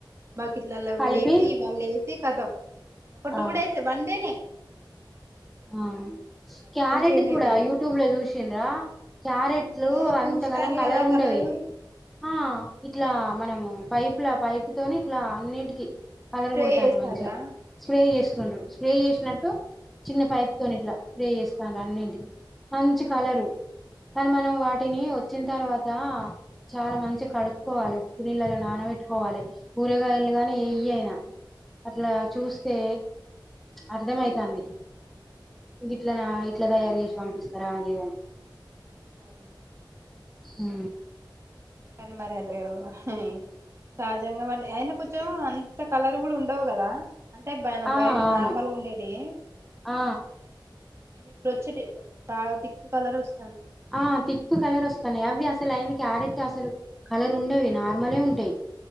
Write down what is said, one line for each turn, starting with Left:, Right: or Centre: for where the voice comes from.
Right: బక్కెట్లల్లో వేసి
Centre: కలిపి
Right: ఇవ్వాళ వేసి ఖతం ఒక టూ
Centre: ఆ
Right: డేస్ వన్ డేనే
Centre: ఆ
Right: మొత్తం
Centre: క్యారెటూకీ
Right: చేంజ్ అయితాయి
Centre: కూడా యూట్యూబ్ లో చూసింరా క్యారెట్లు
Right: అదేదో పూస్తారు
Centre: అంతగానం కలర్
Right: కదా
Centre: ఉండవి
Right: కలరు
Centre: ఆ ఇట్లా మనము పైపులా పైపు తోని ఇట్లా అన్నిటికిీ కలర్
Right: స్ప్రే
Centre: కొడుతన్రూ
Right: చేస్తారా
Centre: మంచిగ స్ప్రే చేస్ సుండ్రు స్ప్రే యేషినట్టు చిన్న పైక్
Right: ఆ
Centre: తోని ఇట్లా స్ప్రే ఎస్తండ్రు అన్నింటికి మంచి కలరు
Right: ఉమ్
Centre: కానీ మనం వాటిని ఒచ్చిన తర్వాత చాలా మంచి కడుక్కోవాలి ఉప్పు నీళ్ళలో నానబెట్టుకోవాలి కూరగాయలు గానీ ఏయి అయినా అట్లా చూస్తే అర్ధమైతంది. ఇట్లా
Right: ఉమ్
Centre: నా ఇట్ల తయార్ ఏష్ పంపిస్తరా ఆగి ఇగ అని
Right: అవును
Centre: ఊ
Right: కాని మరారేవ్ ఇహ్ హి సహజంగా అయినా కొంచెం అంత కలర్ కూడా ఉండవు కదా అంటే బనా
Centre: ఆ
Right: బయట
Centre: అవును
Right: నార్మల్ ఉండేటియి
Centre: ఆ
Right: ఇవి ఇప్పుడు ఒచ్చేటి బాగా తిక్కు కలర్ ఒస్
Centre: ఆ తిక్కు కలర్ ఒస్తనయ్ అవి అస్ అసలైంది క్యారెట్ అసలు కలర్ ఉండవి నార్మలే ఉంటాయి.